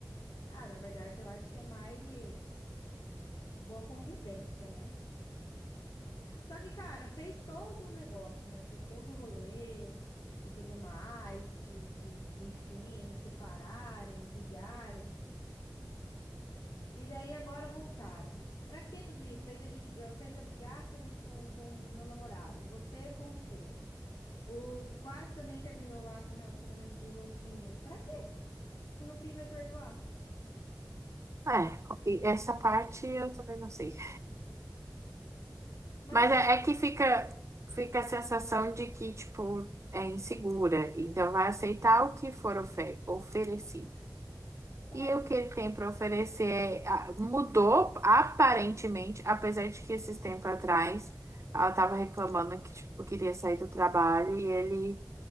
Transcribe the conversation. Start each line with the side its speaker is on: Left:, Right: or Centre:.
Left: Ah, na verdade, eu acho que é mais boa convivência, né? Só que, cara, fez todo o negócio, né? Fez todo o rolê e tudo mais, de, de enfim, separarem, brigarem. E daí agora voltaram. Pra que tudo isso? Fez a gente, fez eu brigar com, com, com o meu namorado, você com o seu. O, quase também terminou lá com o relacionamento dos outros meninos. Pra quê? Se no fim vai perdoar.
Right: É, e essa parte eu também não sei.
Left: Mas
Right: Mas
Left: enfim,
Right: é, é que fica, fica a sensação de que, tipo, é insegura. Então vai aceitar o que for ofe- oferecido.
Left: é,
Right: E
Left: não,
Right: o
Left: s-
Right: que ele tem para oferecer é- a- mudou, aparentemente, apesar de que esses tempos atrás ela estava reclamando que, tipo, queria sair do trabalho e ele